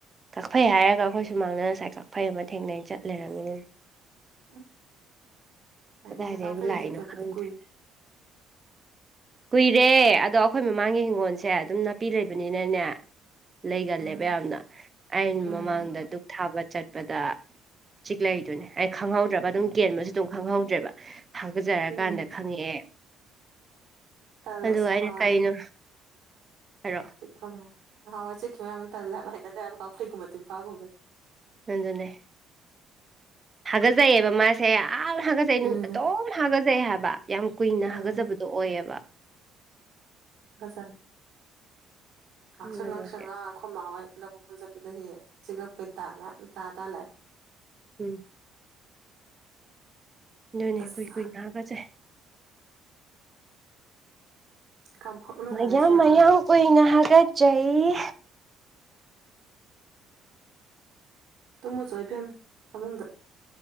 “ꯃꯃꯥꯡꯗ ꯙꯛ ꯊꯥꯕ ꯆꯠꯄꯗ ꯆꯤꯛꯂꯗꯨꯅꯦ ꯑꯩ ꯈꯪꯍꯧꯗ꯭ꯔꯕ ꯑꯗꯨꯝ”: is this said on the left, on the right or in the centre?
Right